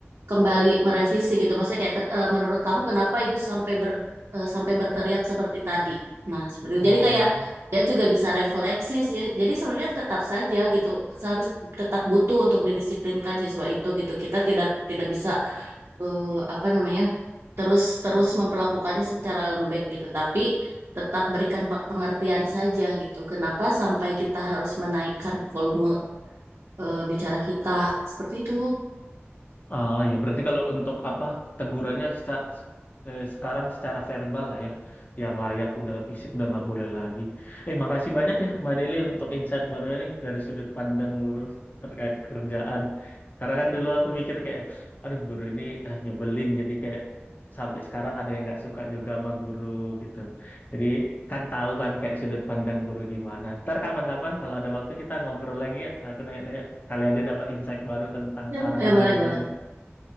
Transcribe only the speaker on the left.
Oh.
Ah ya berarti kalau untuk apa tegurannya seca- eh, sekarang secara verbal lah ya, yang layak udah fisik udah nggak boleh lagi. Eh makasih banyak ya Mbak Deli untuk insight barunya nih dari sudut pandang guru terkait kerjaan. Karena kan dulu aku mikir kayak, aduh guru ini ah, nyebelin jadi kayak sampai sekarang ada yang nggak suka juga sama guru gitu. Jadi kan tahu kan kayak sudut pandang guru gimana. Ntar kapan-kapan kalau ada waktu kita ngobrol lagi ya, aku nanya-nanya kali aja dapat insight baru tentang
cara
ngajar
guru.